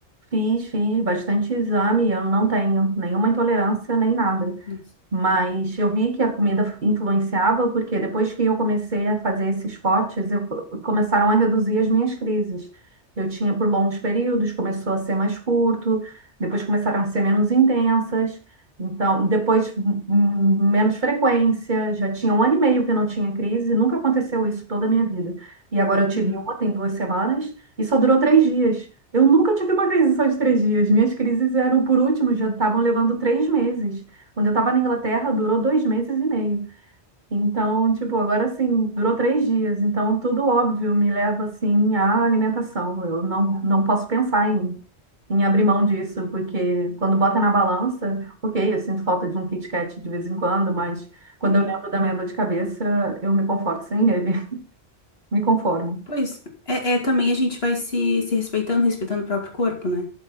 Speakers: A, on the right; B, on the left.
A: Fiz, fiz bastante exame, eu não tenho nenhuma intolerância nem nada.
B: Nossa.
A: Mas eu vi que a comida influenciava, porque depois que eu comecei a fazer esses cortes, eu, começaram a reduzir as minhas crises. Eu tinha por longos períodos, começou a ser mais curto, depois começaram a ser menos intensas, então depois hum, menos frequência. Já tinha um ano e meio que eu não tinha crise, nunca aconteceu isso toda a minha vida. E agora eu tive
B: Uhum,
A: uma, tem duas semanas, e só durou três dias. Eu nunca tive uma crise só de três dias. Minhas crises eram, por último, já estavam levando três meses. Quando eu tava na Inglaterra, durou dois meses e meio. Então, tipo, agora assim, durou três dias. Então, tudo óbvio me leva, assim, à alimentação. Eu não, não posso pensar em, em abrir mão disso, porque quando bota na balança, ok, eu sinto falta de um Kit Kat de vez em quando, mas quando
B: uhum.
A: eu lembro da minha dor de cabeça, eu me conforto sem ele. <laughs> Me conformo.
B: Pois, é, é também a gente vai se, se respeitando, respeitando o próprio corpo, né?